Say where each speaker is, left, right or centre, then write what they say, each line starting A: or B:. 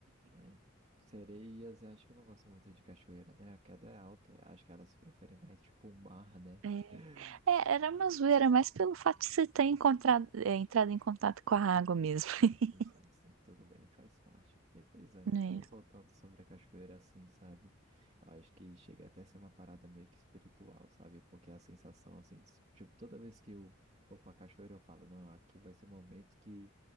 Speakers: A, on the right (about 35°); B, on the right (about 80°).
A: É, sereias, eu acho que não gostam muito de cachoeira, né? A queda é alta, eu acho que elas preferem mais tipo o mar, né?
B: É.
A: <laughs>
B: É, era uma zoeira, mas pelo fato de você ter encontrado, é, entrado em contato com a água mesmo, <laughs>
A: Sim, sim, sim, sim, tudo bem, faz parte. E, pois é,
B: né?
A: daí voltando sobre a cachoeira, assim, sabe? Eu acho que chega até a ser uma parada meio que espiritual, sabe? Porque a sensação, assim, s- tipo, toda vez que eu vou pra cachoeira, eu falo, não, aqui vai ser o momento que